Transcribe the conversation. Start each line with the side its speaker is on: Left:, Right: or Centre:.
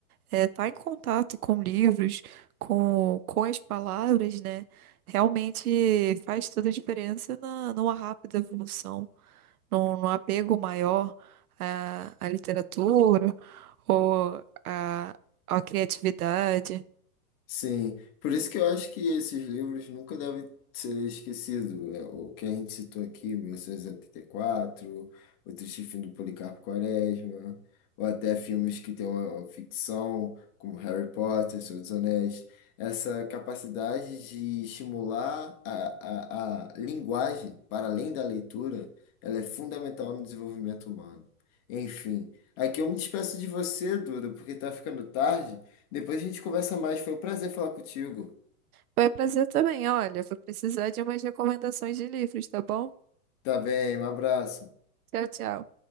Right: É, tá em contato com livros, com, com as palavras, né? Realmente faz toda a diferença na, numa rápida evolução, num, num apego maior à, à literatura ou à, à criatividade.
Left: Sim, por isso que eu acho que esses livros nunca devem ser esquecidos. É, o que a gente citou aqui, 1884, O Triste Fim do Policarpo Quaresma, ou até filmes que têm uma ficção, como Harry Potter, Senhor dos Anéis. Essa capacidade de estimular a, a, a linguagem para além da leitura, ela é fundamental no desenvolvimento humano. Enfim, aqui eu me despeço de você, Duda, porque está ficando tarde. Depois a gente conversa mais. Foi um prazer falar contigo.
Right: Foi um prazer também, olha, vou precisar de umas recomendações de livros, tá bom?
Left: Tá bem, um abraço.
Right: Tchau, tchau.